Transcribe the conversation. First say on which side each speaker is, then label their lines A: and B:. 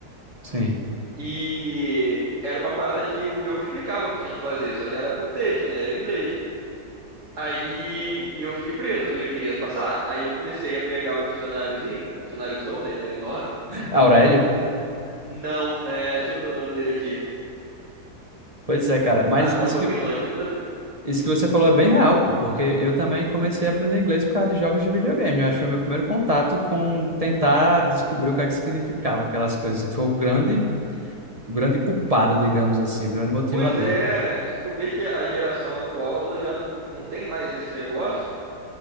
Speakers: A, on the right; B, on the right.
A: Sim.
B: e era uma parada que o jogo explicava o que a gente fazia, só que era por texto, né? Era em inglês. Aí e eu fiquei preso e eu queria passar. Aí eu comecei a pegar o dicionáriozinho, dicionáriozão, né, que era enorme.
A: Aurélio?
B: Não, é, deixa eu ver o nome dele aqui.
A: Pois é, cara. Mas
B: Ah, tá
A: isso
B: um pouquinho
A: que
B: longe, depois eu vejo.
A: Isso que você falou é bem real, pô, porque eu também comecei a aprender inglês por causa de jogos de videogame. Eu acho que foi meu primeiro contato com tentar descobrir o que é que significava aquelas coisas. E Foi o grande, o grande culpado, digamos assim, o grande motivador.
B: Pois é, tu vê que a geração atual ela já não, não tem mais esse negócio.